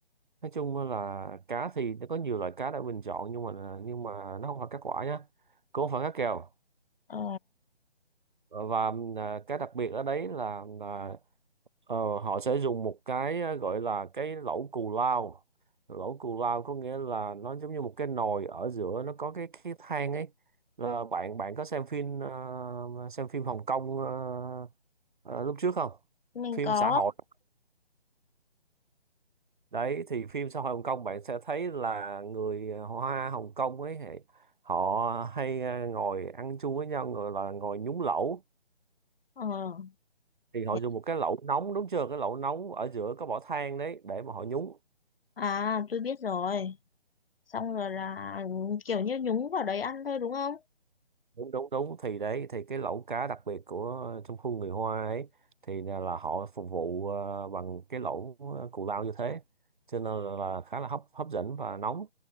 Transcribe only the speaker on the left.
Ờ,
mình
có.
Ờ,
thế-
à tôi biết rồi. Xong rồi là kiểu như nhúng vào đấy ăn thôi đúng không?